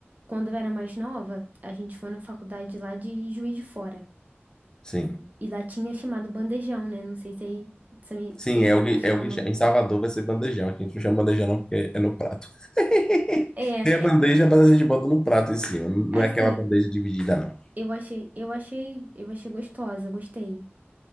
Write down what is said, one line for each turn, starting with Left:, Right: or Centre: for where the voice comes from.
Right: Quando eu era mais nova, a gente foi na faculdade lá de Juiz de Fora.
Left: Sim.
Right: E lá tinha chamado bandejão, né? Não sei se aí se-
Left: Sim,
Right: vocês
Left: é
Right: também
Left: o que,
Right: chamam.
Left: é o que cha- em Salvador vai ser bandejão. Aqui a gente não chama bandejão não, porque é no prato. <laughs>
Right: É,
Left: Tem a bandeja, mas a gente bota no prato em cima. Não
Right: assim,
Left: é aquela bandeja dividida, não.
Right: eu achei, eu achei, eu achei gostosa, gostei.